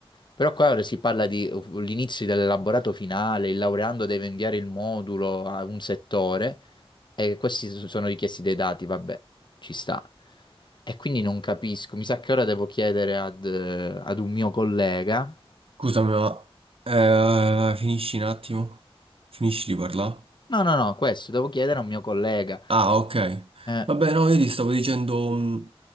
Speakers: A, on the left; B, on the right.
A: Però qua ora si parla di uh, l'inizio dell'elaborato finale, il laureando deve inviare il modulo a un settore e questi so- sono richiesti dei dati, vabbè, ci sta. E quindi non capisco, mi sa che ora devo chiedere ad, eh, ad un mio collega.
B: Scusami, ma eh, finisci un attimo? Finisci di parlare?
A: No, no, no, questo devo chiedere a un mio collega.
B: Ah, ok.
A: Eh,
B: Vabbè, no, io ti stavo dicendo, mh,